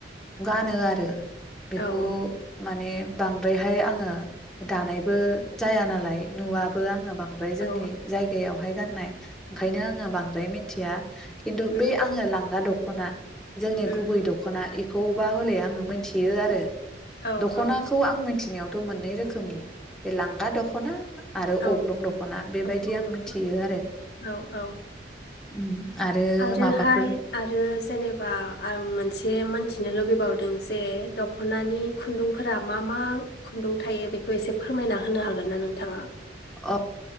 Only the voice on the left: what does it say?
औ
औ
उम
उम
औ
औ
औ
दख'ना
दख'ना
औ औ
आरोहाय
आरो जेनेबा आं मोनसे मोनथि थिनो लुुबैबावदों जे दख'नानि खुन्दुंफोरा मा मा खुन्दुं थायो बेखौ एसे फोरमायना होनो हागोन ना नोंथाङा?